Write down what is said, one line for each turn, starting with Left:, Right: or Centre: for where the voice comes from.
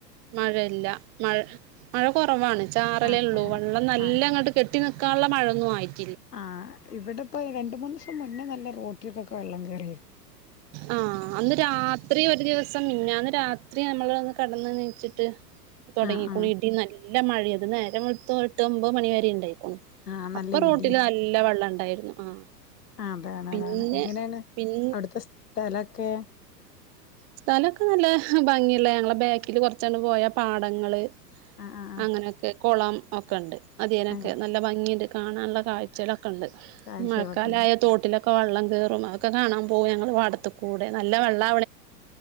Right: മഴല്ല മഴ മഴ കുറവാണ് ചാറലേ
Left: ആഹ്
Right: ഉള്ളൂ
Left: കുറവ്
Right: വെള്ളം നല്ല
Left: ആഹ്
Right: അങ്ങോട്ട് കെട്ട കട്ട നിൽക്കാനുള്ള മഴൊന്നും ആയില്ല
Left: ആഹ് ഇവിടെപ്പോൊ രണ്ട മൂന്ന് ദിവസം മുന്നേ നല്ല റോട്ടിലക്കൊക്കെ വെള്ളം കയറി
Right: ആ അന്ന് രാത്രി ഒരു ദിവസം പിന്നെ അന്ന് രാത്രി നമ്മൾ <unintelligible> ച്ചിട്ട് തുടങ്ങി
Left: ആഹ് ആഹ്
Right: കുണ ഇടല്ല നല്ല മഴ അത് നേര മു എട്ട് ഒമ്പത് മണി വരെ ഉണ്ടായിക്കോും
Left: ആഹ് നല്ല
Right: അപ്പൊ റോട്ടില്
Left: ഇടി
Right: നല്ല വെള്ളം ഉം അതായിരുന്നു ആഹ്
Left: അതാണ്
Right: പിന്നെ
Left: അതാണ് എങ്ങനെയാണ്
Right: പിൻ
Left: അവിടുത്തെ സ്ഥലൊക്കെ
Right: സ്ഥലമൊക്കെ നല്ല ഭംഗിയല്ല ഞങ്ങളെ ബാക്കില് കുറച്ചാണ് പോയാ പാടങ്ങള്
Left: ആ ആ ആ
Right: അങ്ങനെയൊക്കെ കുളം ഒക്കെ ഉണ്ട് അധനൊക്കെ
Left: അങ്ങനെ
Right: നല്ല ഭംഗിയണ്ട് കാണാനുള്ള കാഴ്ചകളൊക്കെ ണ്ട്
Left: കാഴ്ചകളൊക്കെ
Right: മഴക്കാലായ
Left: ഉണ്ട്
Right: തോട്ടിലൊക്കെ വെള്ളം കയറും അതൊക്കെ കാണാൻ പോകും ഞങ്ങ വാടത്തി കൂടെ നല്ല വെള്ളണ